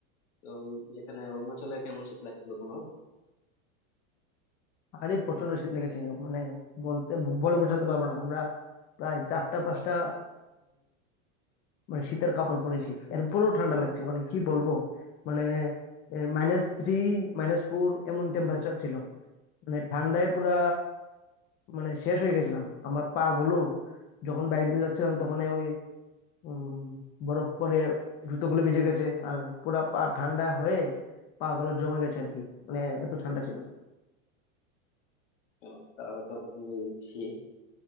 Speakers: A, on the left (about 65°); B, on the left (about 25°).
A: তো যেখানে অরুণাচলে কেমন শীত লাগছিল তোমার
B: আরে প্রচন্ড শীত লেগেছে মানে বলতে বলে বোঝাতে পারবো না আমরা প্রায় চারটা পাঁচটা মানে শীতের কাপড় পরেছি এরপরেও ঠান্ডা লাগছে মানে কি বলবো মানে মাইনাস থ্রি মাইনাস ফোর এমন টেম্পারেচার ছিল মানে ঠান্ডায় পুরা মানে শেষ হয়ে গেছিলাম আমার পা গুলো যখন বাইক দিয়ে যাচ্ছিলাম তখন ওই উম, বরফ পরে জুতোগুলো ভিজে গেছে আর পুরা পা ঠান্ডা হয়ে পা গুলো জমে গেছে আর কি মানে এত ঠান্ডা ছিল
A: আহ, তারও তো খুবই শীত